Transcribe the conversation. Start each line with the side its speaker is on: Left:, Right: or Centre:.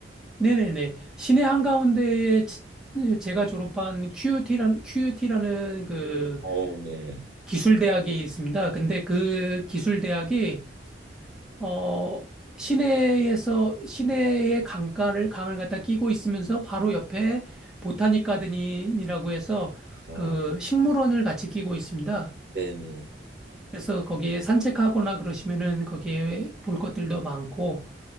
Centre: 네네네. 시내 한가운데에 지- 제가 졸업한 QUT라는, 큐 u 라는 그
Right: 오, 네.
Centre: 기술대학이 있습니다. 근데 그 기술대학이, 어, 시내에서, 시내의 강가를, 강을 갖다 끼고 있으면서 바로 옆에 보타닉 가든이라고 해서
Right: 아,
Centre: 그 식물원을 같이 끼고 있습니다.
Right: 네네.
Centre: 그래서 거기에 산책하거나 그러시면은 거기에 볼 것들도 많고,